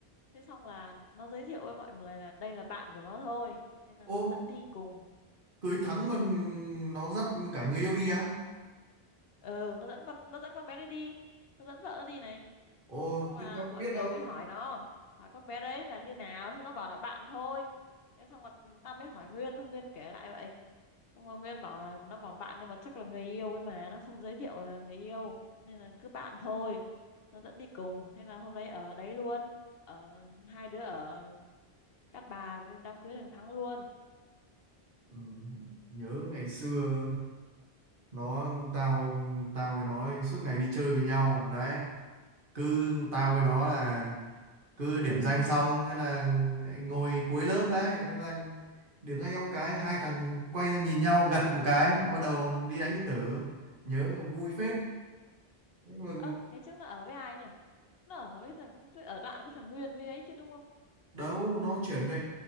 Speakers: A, on the left; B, on the right.
A: Thế xong là nó giới thiệu với mọi người là đây là bạn của nó thôi. Nên là
B: ô
A: nó dẫn đi cùng.
B: cưới thắng mà nó dắt cả người yêu đi á
A: Ừ, nó dẫn con nó dẫn con bé đấy đi. Nó dẫn vợ nó đi này.
B: ô
A: xong là
B: thế tao
A: mọi
B: có biết
A: người
B: đâu
A: mới hỏi nó hỏi con bé đấy là như nào xong nó bảo là bạn thôi thế xong rồi tao mới hỏi Nguyên xong Nguyên kể lại vậy xong rồi Nguyên bảo là nó bảo bạn nhưng mà chắc là người yêu ấy mà nó không giới thiệu là người yêu nên là cứ bạn thôi nó dẫn đi cùng thế là hôm đấy ở đấy luôn ở hai đứa ở Cát Bà với đám cưới thằng Thắng luôn
B: ừ, nhớ ngày xưa nó tao tao với nó suốt ngày đi chơi với nhau đấy cứ tao với nó là cứ điểm danh xong thế là ngồi cuối lớp đấy thế là điểm danh ông cái hai thằng quay ra nhìn nhau gật một cái bắt đầu đi đánh điện tử nhớ vui phết thế mà
A: ơ cái trước nó ở với ai nhỉ nó ở với thằng tôi ở đoạn với thằng Nguyên với ấy chứ đúng không
B: đâu nó chuyển về